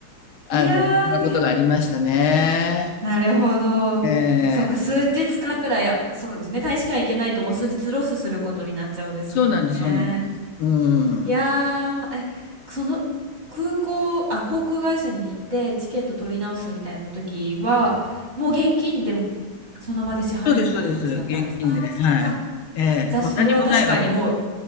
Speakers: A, on the left; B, on the right.
A: あの、
B: いやー、
A: そんなことがありましたね。
B: いや、なるほど。
A: えー
B: そうか、数日間ぐらい、やそうですね。大使館行けないともう数日ロスすることになっちゃうんですもんね。
A: そうなんです、そうなんです。うん。
B: いやー、え、その空港、あ、航空会社に行ってチケット取り直すみたいな時は、もう現金でその場で支払いみたいな感じだったんです。
A: そうです、そうです。現金で、
B: あー、
A: はい。
B: そっか。
A: ええもう何もないわけ。
B: じゃあ、それは確かにもう